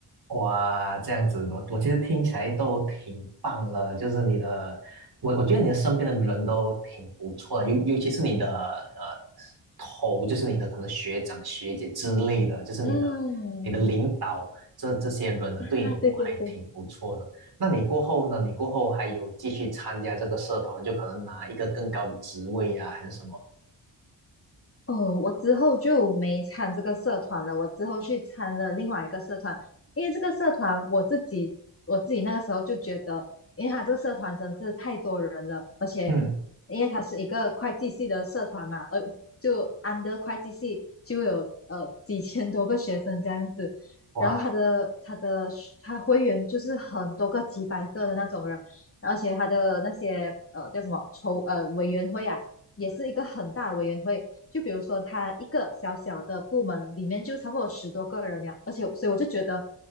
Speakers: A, on the right; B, on the left.
A: 哇，这样子，我我其实听起来都挺棒了，就是你的，我我觉得你的身边的人都挺不错的，尤尤其是你的呃头，就是你的可能学长学姐之类的，就是你的
B: 嗯，
A: 你的领导这这些人呢，
B: 啊，
A: 对你都还挺不错的。
B: 对对对，
A: 那你过后呢？你过后还有继续参加这个社团，就可能拿一个更高的职位呀、还是什么？
B: 哦，我之后就没参这个社团了，我之后去参了另外一个社团，因为这个社团我自己我自己那个时候就觉得，因为他这个社团真的是太多人了，而且
A: 嗯
B: 因为他是一个会计系的社团嘛，呃，就安德会计系就有呃几千多个学生这样子，
A: 哇，
B: 然后他的他的他会员就是很多个几百个的那种人，而且他的那些呃叫什么筹呃委员会啊。也是一个很大的委员会，就比如说他一个小小的部门里面就差不多十多个人呀，而且所以我就觉得